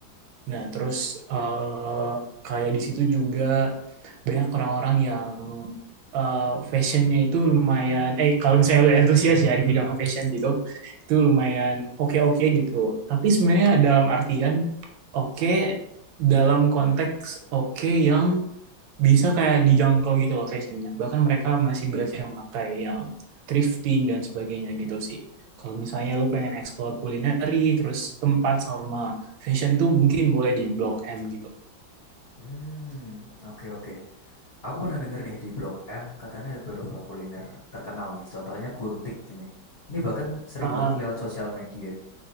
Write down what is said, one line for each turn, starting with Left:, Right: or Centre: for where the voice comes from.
Right: Nah, terus eh, kayak di situ juga banyak orang-orang yang eh, fashionnya itu lumayan, eh kalau misalnya lu antusias ya di bidang fashion gitu, itu lumayan oke-oke gitu. Tapi sebenarnya dalam artian oke dalam konteks oke yang bisa kayak dijangkau gitu loh fashionnya. Bahkan mereka masih banyak yang pakai yang thrifting dan sebagainya gitu sih. Kalau misalnya lu pengen explore kulineri, terus tempat sama fashion tuh mungkin boleh di Blok M gitu.
Left: Hmm, oke oke. Aku pernah denger nih di Blog M katanya ada beberapa kuliner terkenal nih, contohnya gultik ini. Ini bahkan sering
Right: Heeh,
Left: banget lewat sosial media.